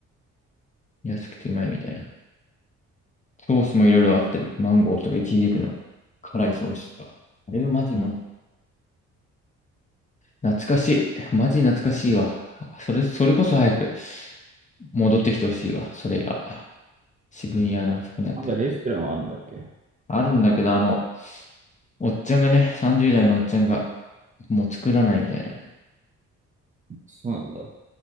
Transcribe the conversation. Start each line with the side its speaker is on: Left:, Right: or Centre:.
Left: 安くてうまいみたいな。ソースもいろいろあったり、マンゴーとかイチジクの辛いソースとか。あれはマジも、
Right: うん。
Left: 懐かしい。マジ懐かしいわ。それ、それこそ早く。戻ってきてほしいわ、それが。渋谷のあそこにあって。
Right: まだレストランはあんだっけ
Left: あるんだけど、あの、おっちゃんがね、30代のおっちゃんが、もう作らないみたいな。
Right: そうなんだ。